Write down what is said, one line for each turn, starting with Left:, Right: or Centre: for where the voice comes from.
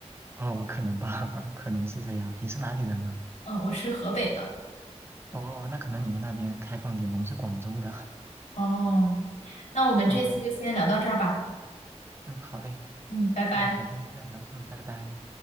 Right: 哦，可能吧，<laughs> 可能是这样。你是哪里人啊？
Left: 嗯，我是河北的，
Right: 哦，那可能你们那边开放点，我们是广州的。
Left: 哦，那我们这次就先聊到这儿吧，
Right: <laughs> 哦，嗯，好嘞，
Left: 嗯，拜拜。
Right: 那改天再聊。嗯，拜拜。